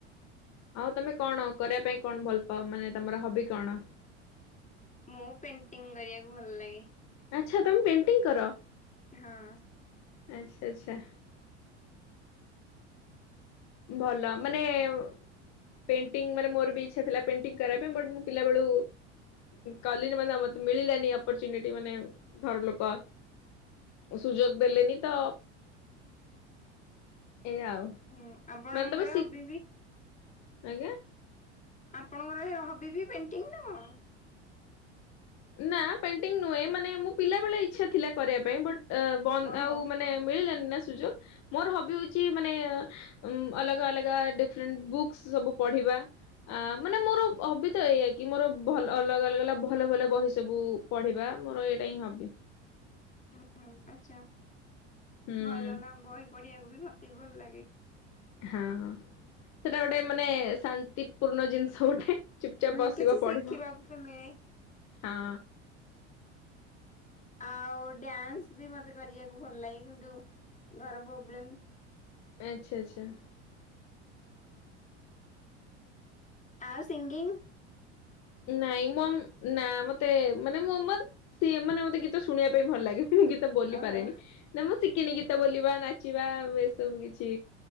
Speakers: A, on the left; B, on the left.
A: ଆଉ ତମେ କଣ କରିବା ପାଇଁ କଣ ଭଲ ପାଅ ମାନେ ତମର ହବି କଣ?
B: ମୁଁ ପେଣ୍ଟିଂ କରିବାକୁ ଭଲ ଲାଗେ।
A: ଆଚ୍ଛା ତମେ ପେଣ୍ଟିଂ କର?
B: ହଁ।
A: ଆଚ୍ଛା ଆଚ୍ଛା। ଭଲ ମାନେ ଏ ପେଣ୍ଟିଙ୍ଗ ମାନେ ମୋର ବି ଇଛା ଥିଲା ପେଣ୍ଟିଂ କରିବା ପାଇଁ ବଟ ମୁଁ ପିଲା ବଳୁ କାଲି ନ ମାନେ ମୋତେ ମିଳିିଲାନି ଅପର୍ଚୁନିଟି ମାନେ ଘର ଲୋକ ସୁଯୋଗ ଦେଲେନି ତ ଏୟା ଆଉ।
B: ହୁଁ ଆପଣଙ୍କର
A: ମାନେ ତମେ ଶି
B: ବି ହବି?
A: ଆଜ୍ଞା।
B: ଆପଣଙ୍କର ହବି ବି ପେଣ୍ଟିଙ୍ଗ ନା କଣ?
A: ନା ପେଣ୍ଟିଙ୍ଗ ନୁହେଁ ମାନେ ମୁଁ ପିଲାବେେଳେ ଇଚ୍ଛା ଥିଲା କରିବା ପାଇଁ ବଟ ଅ ବନ୍ଦ
B: ଓହୋ
A: ଆଉ ମାନେ ମିଳିଲାଣିି ନା ସୁଯୋଗ ମୋର ହବି ହଉଛି ମାନେ ଅଲଗା ଅଲଗା ଡିରେଣ୍ଟ ବୁକ୍ସ ସବୁ ପଢିବା ଆ ମାନେ ମୋର ହବି ତ ଏଇଆ କି ମୋର ଭଲ ଅଲଗା ଅଲଗା ଭଲ ଭଲ ବ ବହି ସବୁ ପଢିବା ମୋର ଏଇଟା ହିଁ ହବି।
B: ହୁଁ ହୁଁ ଆଚ୍ଛା।
A: ହୁଁ
B: ଭଲ ନା ବହି ପଢିବାକୁ ବି ମତେ ବି ଭଲ ଲାଗେ।
A: ହଁ, ସେଟା ଗୋଟେ ମାନେ ଶାନ୍ତିପୂର୍ଣ୍ଣ ଜିନିଷ ଗୋଟେ। ଚୁପଚାପ୍
B: ମୁଁ
A: ବସିବ,
B: କିଛି ଶିଖିବାକୁ
A: ପଢିବ
B: ବି ମିଳେ
A: ହଁ।
B: ଆଉ ଡ୍ୟାନ୍ସ ବି ମତେ କରିବାକୁ ଭଲ ଲାଗେ। କିନ୍ତୁ ଘର ପ୍ରୋବ୍ଲେମ
A: ଆଚ୍ଛା ଆଚ୍ଛା।
B: ଆଉ ସିଙ୍ଗିଙ୍ଗ।
A: ନାଇଁମ ନାଁ ମତେ ମାନେ ମୁଁ ସେ ମାନେ ମତେ ଗୀତ ଶୁଣିବା ପାଇଁ ଭଲ ଲାଗେ। ମୁଁ ଗୀତ ବୋଲି
B: ଓହୋ
A: ପାରେନି। ନାଁ ମୁଁ ଶିଖିନି ଗୀତ। ଗୀତ ବୋଲିବା, ନାଚିବା ଏସବୁ କିଛି